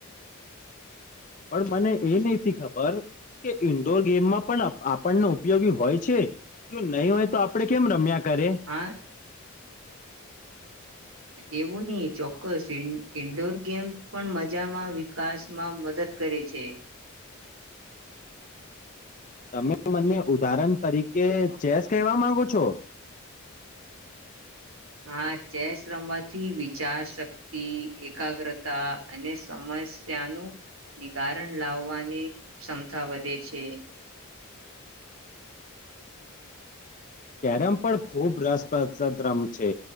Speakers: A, on the left (about 35°); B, on the right (about 70°).
A: પણ મને એ નહ ખબર કે ઈન્ડોર ગેમમાં પણ આપણને ઉપયોગી હોય છે જો નહી હોય તો આપડણે કેમ રમ્યા કરે
B: આ એવું નહીિ ચોક્કસ ઇન્ડોર ગેમ પણ મજામાં વિકાસમાં મદદ કરે છે
A: તમે મને ઉદાહરણ તરીકે ચેસ કહેવા માંગો છો
B: હા ચસ રમવાથી વિચાર શક્તિ એકાગ્રતા અને સમસ્યાનું નિવારણ લાવવાની ક્ષમતા વધે છે
A: કેરમ પણ ખૂબ રસપ્રદદ રમ છે